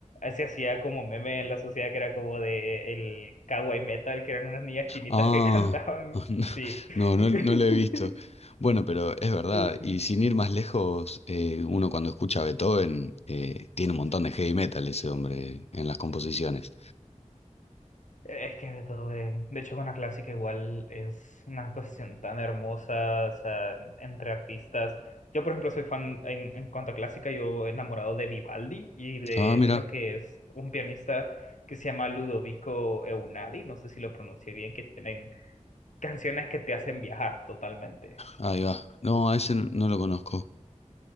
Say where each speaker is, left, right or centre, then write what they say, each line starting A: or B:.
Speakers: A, on the left (about 75°); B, on the left (about 55°).
A: se hacía como meme en la sociedad que era como de el kawaii metal, que eran unas niñas chinitas
B: Ah,
A: que <laughs> cantaban.
B: <laughs>
A: Sí.
B: no, no, no
A: <laughs>
B: lo he visto. Bueno, pero es verdad,
A: Sí.
B: y sin ir más lejos, eh, uno cuando escucha a Beethoven, eh, tiene un montón
A: Sí.
B: de heavy metal ese hombre en las composiciones.
A: Es que de todo, de, de hecho con la clásica igual es una cuestión tan hermosa, o sea, en- entre artistas. Yo, por ejemplo, soy fan en, en cuanto a clásica, yo enamorado de Vivaldi y de
B: Ah, mira,
A: uno que es un pianista que se llama Ludovico Eunadi, no sé si lo pronuncié bien, que tienen canciones que te hacen viajar totalmente.
B: ahí va. No, a ese n- no lo conozco.